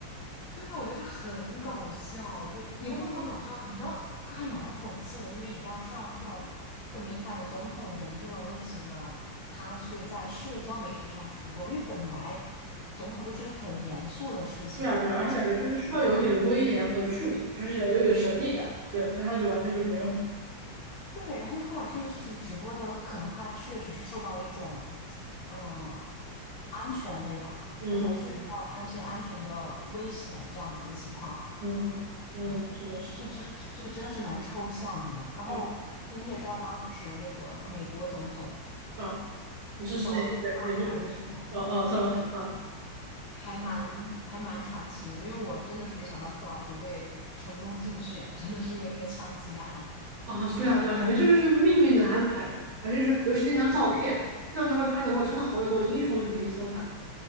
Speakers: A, on the left; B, on the right.
A: 对啊，我觉得他很搞笑，就也不能说搞笑吧，
B: 哦，
A: 你知道他还蛮讽刺的，因为你知道是让这种很敏感的总统人这种类型的，他去在社交媒体上直播，因为本来总统就是个很严肃的事情，
B: 对啊对啊，
A: 因为他是一个国家，
B: 而且感觉就是需要有一点威严和距离嘛，就是要有一点神秘感。对，那他就完全就没有。
A: 对对，然后他把这个事情直播，他可能他确实是受到了一种，嗯，安全类吧，
B: 嗯
A: 他可能是受到了一些安全的危险这样子的情况。
B: 嗯嗯嗯，
A: 哇，
B: 是的，是的，
A: 这这这个真的是蛮抽象的。然后你你也知道，
B: 确实
A: 当时那个美国总统
B: 啊。你这是哪个美哪个美国总统？
A: 特朗普上台的时候，
B: 哦哦，特朗普啊。
A: 还蛮还蛮传奇的，因为我真的是没想到特朗普会成功竞选，真的是因为那个枪击案。
B: 啊，对啊，对啊，感觉这就是命运的安排呗。而且就是，尤其那张照片，
A: 是的，
B: 那张照片拍的哇，真的好有那种英雄主义色彩。